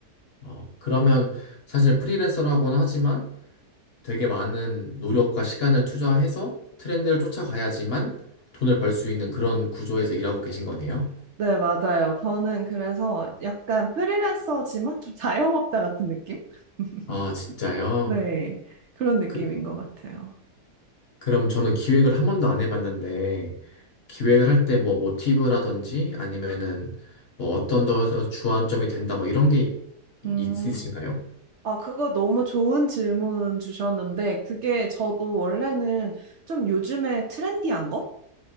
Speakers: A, on the left; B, on the right.
A: 어, 그러면 사실 프리랜서라고는 하지만 되게 많은 노력과 시간을 투자해서 트렌드를 쫓아가야지만 돈을 벌 수 있는 그런 구조에서 일하고 계신 거네요.
B: 네, 맞아요. 저는 그래서 약간 프리랜서지만 좀 <laughs> 자영업자 같은 느낌? <laughs>
A: 아, 진짜요?
B: 네, 그런 느낌인
A: 그,
B: 것 같아요.
A: 그럼 저는 기획을 한 번도 안 해봤는데, 기획을 할 때 뭐 모티브라든지 아니면은 뭐 어떤 더 주안점이 된다 뭐 이런 게 있-
B: 음,
A: 있으신가요?
B: 아, 그거 너무 좋은 질문 주셨는데, 그게 저도 원래는 좀 요즘에 트렌디한 거?